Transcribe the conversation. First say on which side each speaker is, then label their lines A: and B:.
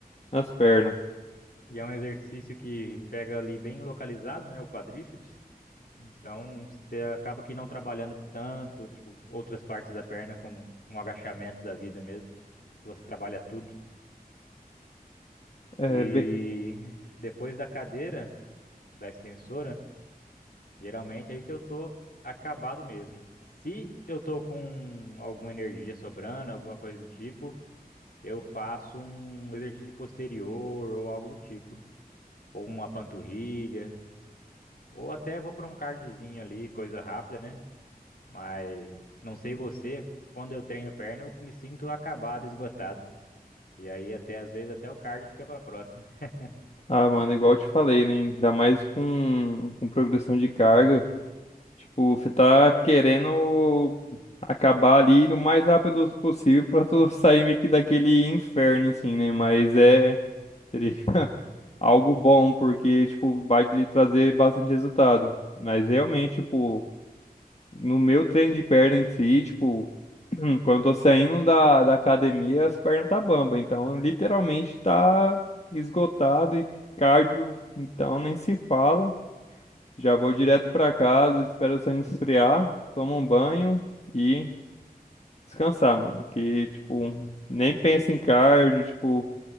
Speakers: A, on the left; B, on the left.
A: nas pernas.
B: E é um exercício que pega ali bem localizado, né? O quadríceps. Então, você acaba que não trabalhando tanto, tipo, outras partes da perna, como um agachamento da vida mesmo, que você trabalha tudo.
A: é
B: E
A: bem
B: depois da cadeira, da extensora, geralmente é aí que eu tô acabado mesmo. Se eu tô com alguma energia sobrando, alguma coisa do tipo, eu faço um exercício de posterior ou algo do tipo, ou uma panturrilha, ou até vou para um cardiozinho ali, coisa rápida, né? Mas não sei você, quando eu treino perna, eu me sinto acabado, esgotado. E aí até às vezes até o cardio fica para próxima. <laughs>
A: Ah, mano, igual eu te falei, né? Ainda mais com, com progressão de carga. Tipo, você tá querendo acabar ali no mais rápido possível pra tu <laughs> sair meio que daquele inferno, assim, né? Mas é seria <laughs> algo bom, porque, tipo, vai lhe trazer bastante resultado. Mas realmente, tipo, no meu treino de perna em si, tipo, Hum, quando eu tô saindo da, da academia, as pernas tá bamba, então literalmente tá esgotado e cardio, então nem se fala. Já vou direto pra casa, espero o sangue esfriar, tomo um banho e descansar, mano. Que, tipo,
B: É,
A: nem penso em cardio, tipo,